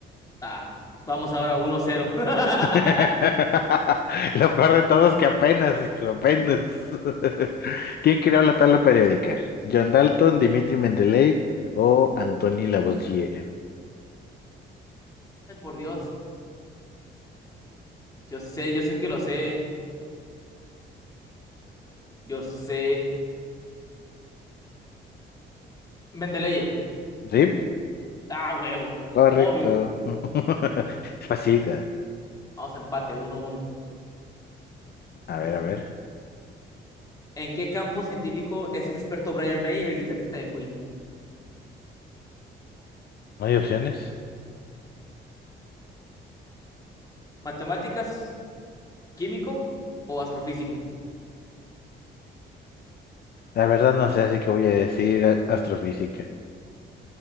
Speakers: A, on the left (about 20°); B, on the left (about 55°).
A: Ah, vamos ahora uno cero. <laughs>
B: <laughs> Lo peor de todo es que apenas, hijo, apenas. <laughs> ¿Quién creó la tabla periódica? ¿John Dalton, Dimitri Mendeleev o Antoni Lavoisier?
A: Ay, por Dios, yo sé, yo sé que lo sé. Yo sé. Mendeleev.
B: Sí,
A: Ah, huevo.
B: correcto.
A: Obvio.
B: <laughs> Facilita.
A: Vamos a empate, uno uno
B: A
A: Mm,
B: ver, a ver.
A: ¿En qué campo científico es experto Brian May, el guitarrista de Queen?
B: ¿No hay opciones?
A: ¿Matemáticas, químico o astrofísico?
B: La verdad no sé, así que voy a decir a- astrofísica.